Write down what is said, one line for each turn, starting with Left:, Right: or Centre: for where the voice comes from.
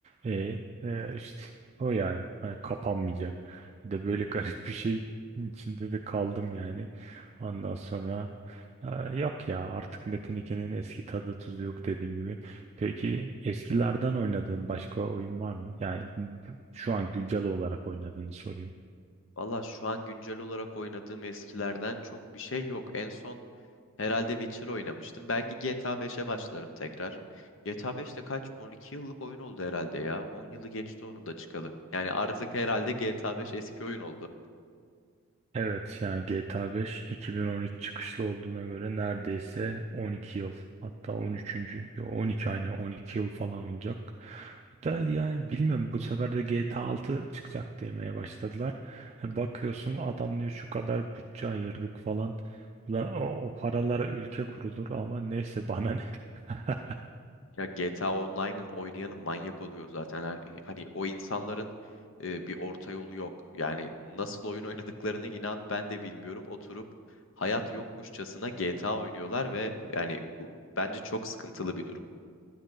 Right: E, e, işte o yani. Hani kapanmayacak. Bir de böyle garip bir şey içinde de kaldım yani. Ondan sonra e, yok ya artık Metin 2'nin eski tadı tuzu yok dediğim gibi. Peki eskilerden oynadığın başka oyun var mı? Yani bu- şu an güncel olarak oynadığını sorayım.
Left: Valla şu an güncel olarak oynadığım eskilerden çok bir şey yok. En son herhalde Witcher oynamıştım. Belki GTA 5'e başlarım tekrar. GTA 5 de kaç? 12 yıllık oyun oldu herhalde ya. 10 yılı geçti onun da çıkalı. Yani artık herhalde GTA 5 eski oyun oldu.
Right: Evet yani GTA 5 2013 çıkışlı olduğuna göre neredeyse 12 yıl hatta 13. yo 12 aynı 12 yıl falan olacak. Da yani bilmiyorum bu sefer de GTA 6 çıkacak demeye başladılar. E, bakıyorsun adam diyor şu kadar bütçe ayırdık falan. Ulan o, o paralara ülke kurulur ama neyse bana ne. <laughs>
Left: Ya GTA Online'ın oynayanı manyak oluyor zaten. Hani, hani o insanların e, bir orta yolu yok. Yani nasıl oyun oynadıklarını inan ben de bilmiyorum. Oturup hayat yokmuşçasına GTA oynuyorlar ve yani bu bence çok sıkıntılı bir durum.